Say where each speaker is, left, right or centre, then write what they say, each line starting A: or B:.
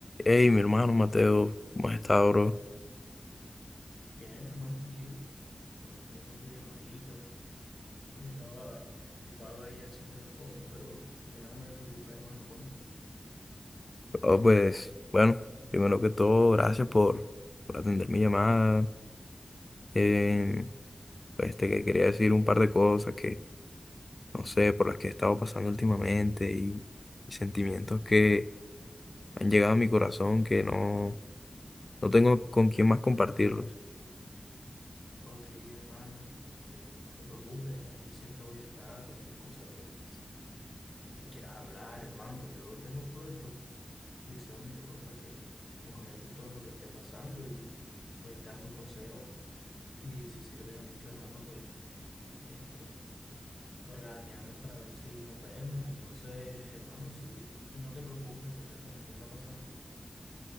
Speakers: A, on the left; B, on the left.
A: Hey, mi hermano Mateo, ¿cómo has estado, bro?
B: Bien, hermano, aquí este, atendiendo tu llamadita. Estaba ocupado ahí haciendo unas cosas, pero ya me desocupé, hermano, cuéntame.
A: Oh, pues, bueno, primero que todo, gracias por, por atender mi llamada. Eh, pues te que- quería decir un par de cosas que, no sé, por las que he estado pasando últimamente y, y sentimientos que han llegado a mi corazón que no, no tengo con quién más compartirlos.
B: Ok, hermano, este, no te preocupes, aquí siempre voy a estar, cualquier cosa que, que quieras hablar, hermano. Yo tengo a la disposición, mi bro, para que me comentes todo lo que esté pasando y pues darte un consejo. Y si sirve de mucho, hermano, pues este, Planeamos para ver si nos vemos. Entonces, hermano, sí, no te preocupes, coméntame qué está pasando.